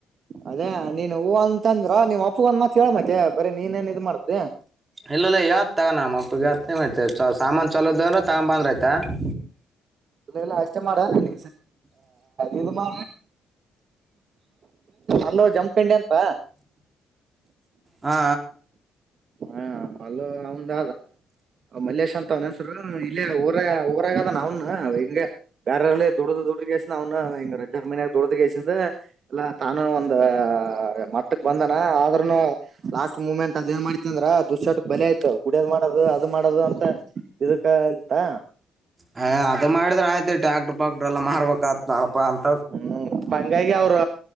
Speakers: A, on the right (about 50°); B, on the right (about 25°).
A: ಅದೇ ನೀನ್ ಹೂವು ಅಂತಂದ್ರ ನೀವ್ ಅಪ್ಪಗಂದ ಮಾತ್ ಹೇಳ ಮತ್ತ ಬರೀ ನೀನ್ೇನ್ ಇದ್ ಮಾಡ್ತಿ
B: ಇಲ್ಲಲ್ಲ ಹೇಳ್ ತಗೋಣಮ್ಮ ಅಪ್ಪ ಯ ಮಾಡ್ ಸಾಮಾನ್ ಚಲೋದವ್ರ ತಗೊ ಬಂದ್ರ ಆಯ್ತ ಹ
A: ಇ ಎಲ್ಲ ಅಷ್ಟೇ ಮಾಡ ನಿ ಇದು ಮಾ ಅಂದ ಜಂ ಪಂಡಿ ಅಂತ
B: ಹಾ
A: ಹಾ ಅಲ್ಲ ನ್ದ ಮಲ್ಲೇಶ್ ಅಂತ ವನ್ಸರು ಇಲ್ಲಿ ಊರ ಊರಾಗದ ನ್ನ ಹಿಂಗೆ ಬೇರೆಲ್ಲಿ ದುಡ್ದ ದುಡಗಷ್ಟ ನ್ನ ಹ ಟರ್ ದುಡ್ದಸಿಂದ ಎಲ್ಲ ತಾನು ಒಂದ ಮಟ್ಟಕ್ ಬಂದನ ಆದ್ರೂನು ಲಾಸ್ಟ್ ಮೂಮೆಂಟ್ ಅದ ಏನ್ ಮಾಡ್ತಿ ಅಂದ್ರ ದುಶ್ಾಟಕ್ ಬಲೆ ಆಯ್ತು ಕುಡಿಯದ್ ಮಾಡೋದು ಅದು ಮಾಡೋದು ಅಂತ ಇದಕ್ಕ ಅಂತ
B: ಹ ಅದು ಮಾಡಿದ್ರೆ ಆಯ್ತು ಡಾಕ್ರ್ ಪಾಕ್ ಎಲ್ಲ ಮಾರ್ಬೇಕಕ್ತ್ ನಡಪ ಅಂತ
A: ಹ್ಮ್ ಹಂಗಾಗಿ ಅವರು